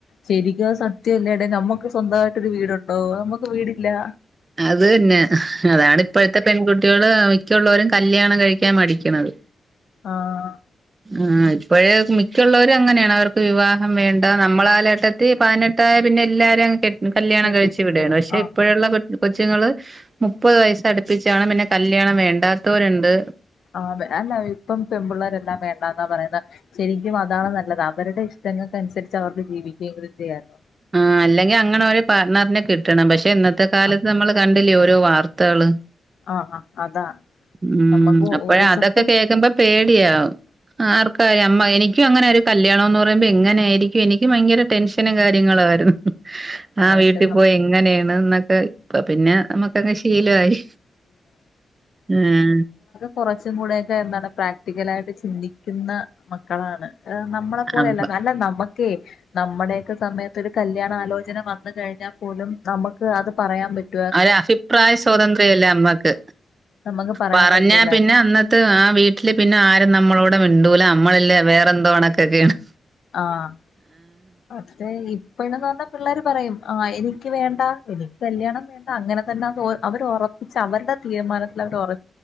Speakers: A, on the left; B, on the right.
A: ശെരിക്കും അത് സത്യവല്ലേടെ നമ്മുക്ക് സ്വന്തമായിട്ടൊരു വീടൊ ണ്ടോ നമ്മക്ക് വീടില്ലാ
B: അതന്നെ അതാണ് ഇപ്പോഴത്തെ പെൺകുട്ടികള് മിക്കുള്ളവരും കല്ല്യാണം കഴിക്കാൻ മടിക്കണത്
A: ആഹ്
B: ആഹ് ഇപ്പോഴേ മിക്കൊള്ളവരും അങ്ങനെയാണ് അവർക്ക് വിവാഹം വേണ്ട നമ്മള കാലഘട്ട ത്തീ പതിനെട്ടായ പിന്നെ എല്ലാരെ അങ്ങ് കെട്ട് കല്യാണം
A: കെട്ടിച്ച്
B: കഴിച്ച് വിട്വാണ്
A: വിടും
B: പക്ഷെ
A: ആഹ്
B: ഇപ്പോഴൊള്ള പെൺ കൊച്ചുങ്ങള് മുപ്പത് വയസ്സടുപ്പിച്ചാണ് പിന്നെ കല്യാണം വേണ്ടാത്തവര്ണ്ട്
A: ആതേ അല്ല ഇപ്പം പെമ്പിള്ളാരെല്ലാം വേണ്ടന്നാ പറയ്ന്നെ ശെരിക്കും അതാണ് നല്ലത് അവര്ടെ ഇഷ്ടങ്ങക്കനുസരിച്ച് അവർക്ക് ജീവിക്കയെങ്കിലും ചെയ്യാലോ
B: ആഹ് അല്ലെങ്കി അങ്ങനെ ഒരു പാർട്ണറിനെ കിട്ടണം പക്ഷെ ഇന്നത്തെ കാലത്ത്
A: ആഹ്
B: നമ്മള് കണ്ടില്ലേ ഓരോ വാർത്തകള്
A: ആഹ് അതാ
B: ഉം
A: നമ്മുക്ക്
B: അപ്പഴാ
A: ഈ
B: അതക്കെ
A: സത്യം
B: കേക്കുമ്പം പേടിയാവും ആർക്കാ ഞമ്മ എനിക്കും അങ്ങനൊരു കല്യാണവെന്ന് പറയുമ്പോ എങ്ങനാരിക്കും എനിക്ക് ഭയങ്കര ടെൻഷനും കാര്യങ്ങളും ആരുന്നു ആഹ്
A: പക്ഷെ
B: വീട്ടി
A: ന
B: പോയി എങ്ങനെയാണ് ന്ന്ട്ട് ഇപ്പ പിന്നെ നമ്മക്കക്കെ ശീലവായി ആഹ്
A: കൊറച്ചും കൂടെക്കെ എന്താണ് പ്രാക്ടിക്കലായിട്ട് ചിന്തിക്കുന്ന മക്കളാണ് ഏഹ് നമ്മള പോലെല്ല
B: അപ്പ
A: നല്ല നമ്മക്കേ നമ്മടെയക്കെ സമയത്ത് ഒരു കല്യാണാലോചന വന്ന് കഴിഞ്ഞാ പോലും നമുക്ക് അത് പറയാൻ പറ്റ്
B: ആഒര് അഭിപ്രായ സ്വാതന്ത്ര്യല്ല നമ്മക്ക്
A: നമുക്ക് പറയാൻ
B: പറഞ്ഞാ
A: പറ്റൂലായിരുന്നു
B: പിന്നെ അന്ന് ത്ത് ആ വീട്ടില് പിന്നെ ആരും നമ്മളോട്‌ മിണ്ടൂല നമ്മളല്ലേ വേറെന്തോ കണക്കൊക്കെയാണ്
A: ആഹ് തേ ഇപ്പഴന്ന് പറഞ്ഞാ പിള്ളേര് പറയും ആഹ് എനിക്ക് വേണ്ട എനിക്ക് കല്യാണം വേ എന്താ അങ്ങനെ തന്നെ അത് അവർ ഉറപ്പിച്ച് അവരുടെ തീരുമാനത്തിൽ അവർ ഒറ